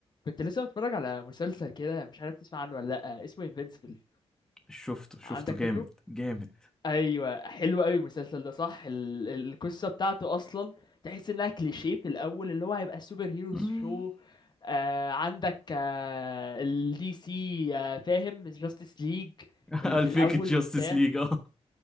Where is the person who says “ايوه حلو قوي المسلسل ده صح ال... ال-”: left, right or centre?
Left